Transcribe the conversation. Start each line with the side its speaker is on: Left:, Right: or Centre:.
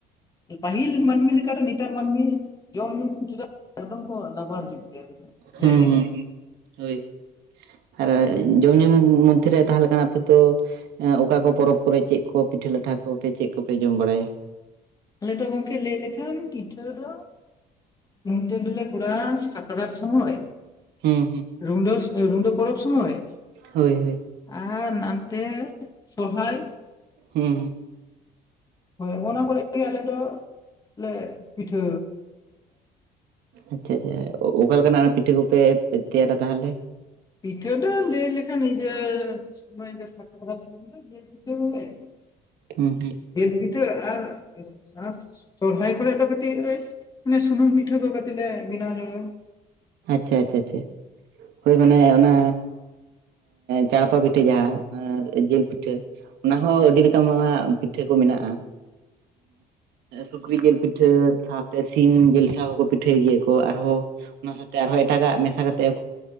Left: ᱯᱟᱹᱦᱤᱞ ᱢᱟᱹᱱᱢᱤ ᱞᱮᱠᱟ ᱫᱚ ᱱᱮᱛᱟᱨ ᱢᱟᱹᱱᱢᱤ ᱡᱚᱢ ᱧᱩ ᱮᱠᱫᱚᱢ ᱠᱚ ᱞᱟᱵᱟᱲ ᱧᱽ ᱜᱮᱭᱟᱠ
Right: ᱦᱩᱸ
Left: ᱞᱟᱹᱭ ᱜᱟᱱᱚᱜᱼᱟ᱾
Right: ᱦᱩᱸ ᱦᱩᱸ ᱦᱳᱭ ᱟᱨ ᱡᱚᱢ ᱧᱩ ᱢᱚᱫᱽᱫᱷᱮᱨᱮ ᱛᱟᱦᱞᱮ ᱠᱷᱟᱱ ᱟᱯᱮ ᱛᱚ ᱚᱠᱟ ᱠᱚ ᱯᱚᱨᱚᱵᱽ ᱠᱚᱨᱮ ᱪᱮᱫ ᱠᱚ ᱯᱤᱴᱷᱟᱹ ᱞᱟᱴᱷᱟ ᱠᱚᱯᱮ ᱪᱮᱫ ᱠᱚᱯᱮ ᱡᱚᱢ ᱵᱟᱲᱟᱭᱟ?
Left: ᱟᱞᱮ ᱫᱚ ᱜᱚᱢᱠᱮ ᱞᱟᱹᱭ ᱞᱮᱠᱷᱟᱱ ᱯᱤᱴᱷᱟᱹ ᱫᱚ ᱱᱚᱛᱮ ᱫᱚᱞᱮ ᱠᱚᱨᱟᱣ-ᱟ ᱥᱟᱠᱲᱟᱨ ᱥᱚᱢᱚᱭ
Right: ᱦᱩᱸ ᱦᱩᱸ
Left: ᱨᱩᱰᱟ. ᱨᱩᱰᱟᱹ ᱯᱚᱨᱚᱵ ᱥᱚᱢᱚᱭ
Right: ᱦᱳᱭ
Left: ᱾
Right: ᱦᱳᱭ
Left: ᱟᱨ ᱱᱟᱱᱛᱮ ᱥᱚᱦᱚᱨᱟᱭ
Right: ᱦᱩᱸ
Left: ᱦᱳᱭ ᱚᱱᱟ ᱠᱚᱨᱮ ᱜᱮ ᱟᱞᱮ ᱫᱚ, ᱞᱮ ᱯᱤᱴᱷᱟᱹᱼᱼ
Right: ᱟᱪᱪᱷᱟ ᱟᱪᱪᱷᱟ ᱚᱠᱟ ᱞᱮᱠᱟ ᱱᱟᱜ ᱯᱤᱴᱷᱟᱹ ᱠᱚᱯᱮ ᱛᱮᱭᱟᱨᱟ ᱛᱟᱦᱚᱞᱮ?
Left: ᱯᱤᱴᱷᱟᱹ ᱫᱚ ᱞᱟᱹᱭ ᱞᱮᱠᱷᱟᱱ ᱤᱭᱟᱹ <unintelligible> <inaudible>
Right: ᱦᱩᱸᱢ <inaudible>
Left: ᱡᱮᱞ ᱯᱤᱴᱷᱟᱹ ᱟᱨᱼᱼ ᱟᱨ ᱥᱚᱨᱦᱟᱭ ᱠᱚᱨᱮ ᱫᱚ ᱠᱟᱹᱴᱤᱡ ᱞᱮ ᱥᱩᱱᱩᱢ ᱯᱤᱴᱷᱟᱹ ᱠᱚ ᱠᱟᱹᱴᱤᱡ ᱞᱮ ᱵᱮᱱᱟᱣ ᱧᱚᱜᱟ᱾
Right: ᱟᱪᱪᱷᱟ ᱟᱪᱷᱮ ᱟᱪᱷᱮ ᱦᱳᱭ ᱢᱟᱱᱮ ᱚᱱᱟ ᱪᱟᱲᱯᱟ ᱯᱤᱴᱷᱟᱹ ᱡᱟᱦᱟᱸ ᱡᱤᱞ ᱯᱤᱴᱷᱟᱹᱼᱼ ᱚᱱᱟᱦᱚᱸ ᱟᱹᱰᱤ <unintelligible> ᱯᱤᱴᱷᱟᱹ ᱠᱚ ᱢᱮᱱᱟᱜᱼᱟ᱾ ᱥᱩᱠᱨᱤ ᱡᱤᱞ ᱯᱤᱴᱷᱟᱹ ᱥᱟᱶᱛᱮ ᱥᱤᱢ ᱡᱤᱞ ᱥᱟᱶ ᱦᱚᱸᱠᱚ ᱯᱤᱴᱷᱟᱹᱭ ᱜᱮᱭᱟ ᱠᱚ ᱟᱨᱦᱚᱸᱼᱼ ᱚᱱᱟ ᱥᱟᱶᱛᱮ ᱟᱨᱦᱚᱸ ᱮᱴᱟᱜᱟᱜ ᱢᱮᱥᱟ ᱠᱟᱛᱮᱜ